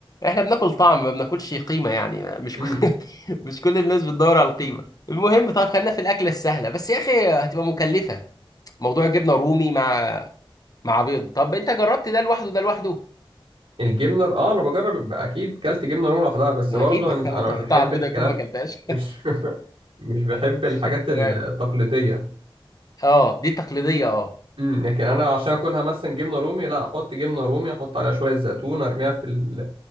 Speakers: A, on the left; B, on the right.
A: احنا بناكل طعم ما بناكلش قيمه يعني مش
B: امم
A: كل... <laughs> مش كل الناس بتدور على القيمه المهم طب خلينا في الاكله السهله بس يا اخي هتبقى مكلفه موضوع جبنه رومي مع مع بيض طب انت جربت ده لوحده ده لوحده
B: الجبنه اه انا بجرب يبقى اكيد كلت جبنه رومي لوحدها بس
A: ما
B: برضه
A: اكيد
B: انا
A: <laughs> لو
B: أنا
A: انت
B: مش
A: هتحطها
B: بحب
A: على البيضه
B: الكلام
A: يكون ما اكلتهاش
B: مش <laughs> مش بحب الحاجات
A: <laughs> تمام
B: التقليديه
A: اه دي تقليديه اه
B: امم لكن انا عشان اكلها مثلا جبنه رومي لا احط جبنه رومي احط عليها شويه زيتون ارميها في ال...